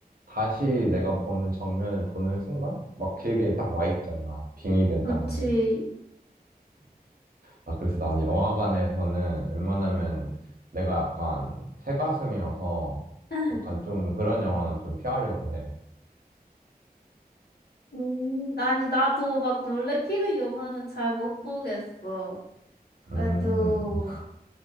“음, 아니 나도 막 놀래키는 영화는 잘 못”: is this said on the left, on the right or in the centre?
Left